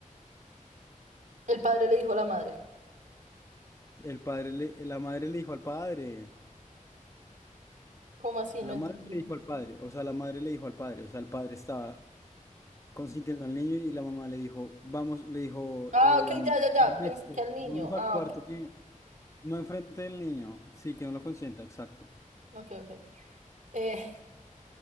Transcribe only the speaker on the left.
El padre le- la madre le dijo al padre.
La
madre le dijo al padre, o sea, la madre le dijo al padre, o sea, el padre estaba consintiendo al niño y la mamá le dijo, vamos, le dijo,
em,
Ernesto,
vamos al
cuarto
que no enfrente del niño, sí, que no lo consienta, exacto.